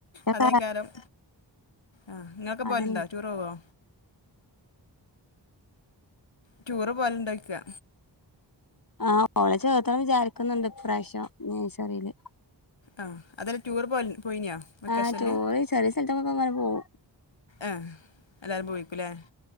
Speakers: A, on the left (about 45°); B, on the left (about 70°).
A: ഇതൊക്കെ
B: അതേക്കാരം ആഹ് ഇങ്ങക്ക് പോകലുണ്ടോ
A: അതന്നെ
B: ടൂറ് പോവോ ടൂറ് പോവലോണ്ടോയ്ക്കാ
A: ആഹ് ഓളെ ചേർത്തണം വിചാരിക്ക്ന്ന്ണ്ട് ഇപ്രശ്യം നെസറില്
B: ആഹ് അതല്ല ടൂർ പോ പോയിനിയാ വെക്കേഷനില്
A: ആ ടൂറ് ചെറിയ സ്ഥലത്തൊക്കെ അങ്ങനെ പോവും
B: ഏഹ് എല്ലാരും പോയിക്കുലേ